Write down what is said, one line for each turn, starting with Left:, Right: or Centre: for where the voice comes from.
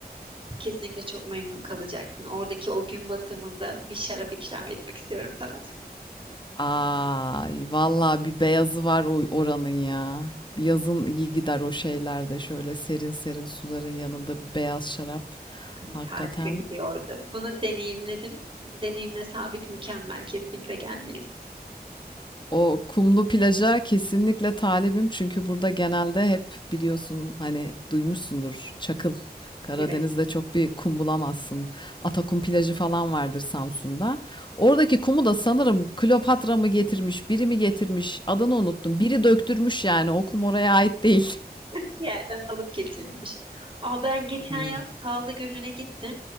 Right: Kesinlikle çok memnun kalacaksın. Oradaki o gün batımında bir şarap ikram etmek istiyorum sana.
Left: Ay vallahi bir beyazı var o oranın ya. Yazın iyi gider o şeylerde şöyle serin serin suların yanında bir beyaz şarap.
Right: Hani
Left: Hakikaten
Right: harika gidiyordu. Bunu deneyimledim. Deneyimle sabit mükemmel. Kesinlikle gelmelisin.
Left: O kumlu plaja kesinlikle talibim çünkü burada genelde hep biliyorsun hani duymuşsundur çakıl. Karadeniz'de
Right: Evet.
Left: çok bir kum bulamazsın. Atakum plajı falan vardır Samsun'da. Oradaki kumu da sanırım Kleopatra mı getirmiş, biri mi getirmiş, adını unuttum. Biri döktürmüş yani o kum oraya ait değil.
Right: bir yerden alıp getirilmiş. Aa, ben geçen
Left: Aynen.
Right: yaz Salda Gölü'ne gittim.